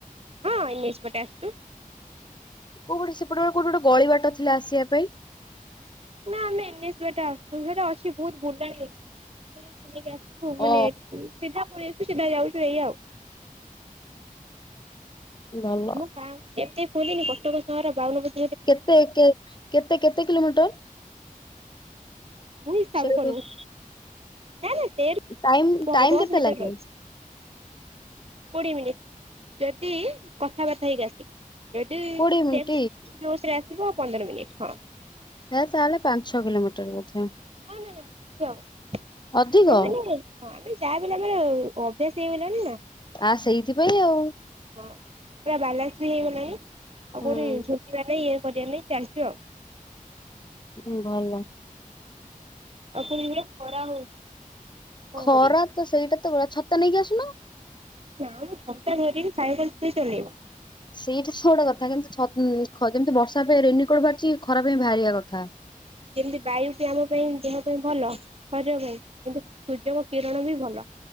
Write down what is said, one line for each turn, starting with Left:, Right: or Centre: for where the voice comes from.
Right: ହଁ ଇନିଶପଟେ ଆସୁଚୁ।
Left: କୋଉ ପଟେ ସେପଟେ କୋଉଠି ଗୋଟେ ଗଳି ବାଟ ଥିଲା ଆସିବା ପାଇଁ।
Right: ନା ଆମେ ଏନିସି ବାଟେ ଆଶୁ ସେରା ଅଛି ବହୁତୁ ବୁଲାଣି ଅଛି। ଆମେ ଯାଇ ବୁଲିକି ଆସିବୁ ମାନେ
Left: ଓ
Right: ସିଧା ପଳେଇ ଆସିବୁ ସିଧା ଯାଉଛୁ ଏଇଆ ଆଉ।
Left: ଭଲ ଆଉ।
Right: ଆଉ ଏତେ ବୁଲିନି କଟକ ସହର ବାଉନ ବ
Left: କେତେ କେ କେତେ କେତେ କିଲୋମିଟର?
Right: ମୁଁ ହିସାବ
Left: ସେଇଠୁ
Right: କରିନେଇ ନାଇଁ ନାଇଁ ସେଇଠି
Left: ଟାଇମ
Right: ହବ
Left: ଟାଇମ
Right: ଦଶ
Left: କେତେ
Right: ଭିତରେ
Left: ଲାଗେ
Right: ରହିଛି। କୋଡିଏ ମିନିଟ୍ ଯଦି କଥାବାର୍ତ୍ତା ହେଇକି ଆସିବ। ଯଦି ସେମିତି
Left: କୋଡିଏ ମିନିଟ
Right: ଆସିବ ପନ୍ଦର ମିନିଟ୍ ହଁ।
Left: ଯୋଉ ତାହେଲେ ପାଞ୍ଚ ଛ କିଲୋମିଟର ବୋଧେ?
Right: ହଁ ନାଇ ନାଇ
Left: ଅଧିକ
Right: ବେଶିହବ ତା ମାନେ ହଁ ଆମେ ଯାହା ବିହେଲେ ଆମର ଅଭ୍ୟାସ ହେଇଗଲାଣି ନା।
Left: ଆ ସେଇଥିପାଇଁ ଆଉ।
Right: କଣ ପୁରା ବାଲାନ୍ସ ବି ହେଇଗଲାଣିଁ ଆଉ
Left: ହୁଁ
Right: କୋଉଠି ଛୁଟିବା ନାହିଁ ଇଏ କରିବା ନାାଇଁ ଚାଲିଚୁ ଆଉ।
Left: ହୁଁ ଭଲ।
Right: ଆଉ କଣ ଖରା ହଉଛି? ଆଉ କଣ
Left: ଖରା
Right: କରିବା
Left: ତ ସେଇଟା ତ ଭଳିଆ ଛତା ନେଇକି ଆସୁନ?
Right: ନାଇ ମ ଛଡା ଧରିକି ସାଇକଲ କିଏ ଚଲେଇବ।
Left: ସେଇଟା ବଡ କଥା କିନ୍ତୁ ଯେମିତି ବର୍ଷା ପାଇଁ ରେନିକୋଟ୍ ବାହାରିଛି ଖରା ପାଇଁ ବାହାରିବା କଥା।
Right: ଯେମିତି ବାୟୁ ବି ଆମ ପାଇଁ ଦେହ ପାଇଁ ଭଲ ଶରୀର ପାଇଁ କିନ୍ତୁ ସୂର୍ଯ୍ୟଙ୍କ କିରଣ ବି ଭଲ।